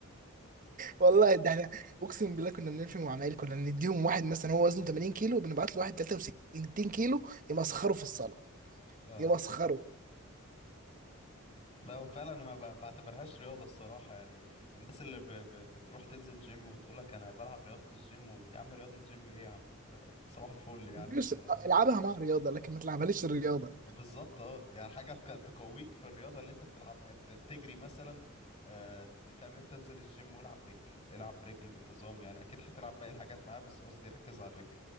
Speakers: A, on the right; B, on the left.
A: والله ده احنا اقسم بالله كنا بنلفي مع عمايل كنا نديهم واحد مثلا هو وزنه 80 كيلو بنبعت له واحد 63 كيلو يمسخره في الصاله
B: اه
A: يمسخره
B: لا هو فعلا ما ب- بعتبرهاش رياضة الصراحة يعني الناس اللي ب... ب... بتروح تنزل جيم وتقول لك انا بلعب رياضة الجيم و... يا عم رياضة الجيم ايه يا عم ده صباح الفل يعني
A: مش
B: انت
A: العبها مع رياضه لكن ما تلعبهاليش الرياضه
B: آه، بالظبط اه يعني حاجة تك... تقويك في الرياضة اللي انت بتلعبها يعني بت... بتجري مثلا آه... ت- فاهم انت انزل الجيم والعب رجل العب رجل بانتظام يعني اكيد هتلعب باقي الحاجات معاه بس قصدي ركز على الرجل